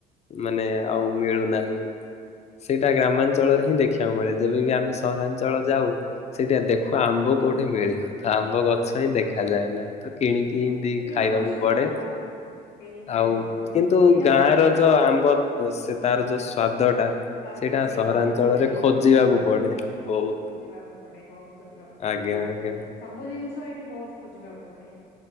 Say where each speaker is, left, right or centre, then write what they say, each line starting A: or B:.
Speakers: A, on the left; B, on the left.
A: ମାନେ ଆଉ ମିଳୁନାହିଁ। ସେଇଟା ଗ୍ରାମାଞ୍ଚଳରେ ହିଁ ଦେଖିବାକୁ ମିଳେ ଯେବେ ବି ଆମେ ସହରାଞ୍ଚଳ ଯାଉ ସେଇଟା ଦେଖୁ ଆମ୍ବ। କୋଉଠି ମିଳିବ ଥା ଆମ୍ବ ଗଛ ହିଁ ଦେଖାଯାଏ ନାହିଁ ତ କିଣିକି ପିନ୍ଧି
B: ଏଠି
A: ଖାଇବାକୁ
B: ଗଛ
A: ପଡେ
B: କଣ କିଣିକି ଖାଇବାକୁ
A: ଆଉ
B: ପଡିବ
A: କିନ୍ତୁ
B: ସେଇଟା
A: ଗାଁ
B: ପୁଣି
A: ର
B: ତାର
A: ଯୋଉ ଆମ ଓ ସେ ତାର ଯୋଉ ସ୍ଵାଦ ଟା
B: ସ୍ଵାଦ
A: ସେଇଟା
B: ସେଇ
A: ସହରାଞ୍ଚଳରେ
B: ସ୍ଵାଦ ବି ମିଳେନି
A: ଖୋଜିବାକୁ ପଡେ। ବହୁତ
B: ଖୋଜିବାକୁ ପଡ଼ିବ ବହୁତ ଖୋଜିବାକୁ ପଡ଼େ
A: ଆଜ୍ଞା ଆଜ୍ଞା।
B: ସବୁ ଜିନିଷ ତ ଏଇଠି ବହୁତ ଖୋଜିବାକୁ ପଡ଼େ